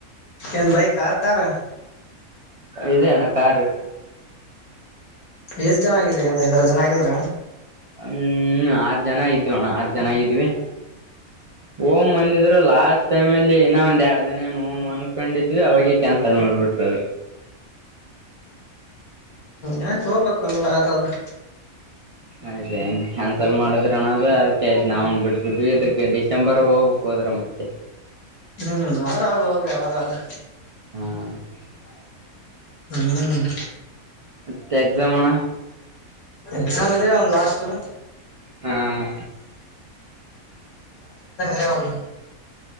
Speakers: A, on the left; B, on the right.
A: ಏನ್ ಬೈಕಾ ಕಾರ?
B: ಇದು ಅಣ ಕಾರು
A: ಎಷ್ಟ್ ಜನ ಆಗಿದ್ರಿ ಒಂದೖದಾರು ಜನ ಆಗಿದ್ರ.
B: ಹ್ಮ್ ಆರು ಜನ ಇದ್ವಿ ಅಣ ಆರು ಜನ ಆಗಿದ್ವಿ ಹೋಮಂದಿದ್ರು ಲಾಸ್ಟ್ ಟೈಮಲ್ಲಿ ಏನೋ ಒಂದ್ ಎರಡು ದಿನ ಏನು ಹೋಮನ್ಕೊಂಡಿದ್ವಿ ಅವಾಗೇ ಕ್ಯಾನ್ಸಲ್ ಮಾಡ್ಬಿಟ್ರದು.
A: ಯಾಕೋಬೇಕ್ ಒಂದ್ವಾರಾದ್ರ.
B: ಆದೆಂಗ್ ಕ್ಯಾನ್ಸಲ್ ಮಾಡದ್ರಣ ಅದು ಅದಕ ಆಯ್ತು ನಾವ್ನ್ ಬಿಟ್ಬಟ್ವಿ ಇದಕ್ಕೆ ಡಿಸೆಂಬರ್ ಹೋಗ್ಬೇಕ್ ಹೋದ್ರ ಮತ್ತೆ.
A: ಹ್ಮ್ ಆದ್ರ ಅವಾಗ ಹೋಗ್ರಿ ಅವಾಗಾದ್ರ.
B: ಹ್ಮ
A: ಹ್ಮ್
B: ಮತ್ತ ಎಕ್ಸಾಮಣ
A: ಎಕ್ಸಾಮ್ ಇದೆ ಒಂದು ಲಾಸ್ಟ್ದು.
B: ಹ್ಮ್ ಹಾ
A: ದೆವಲ್ಲು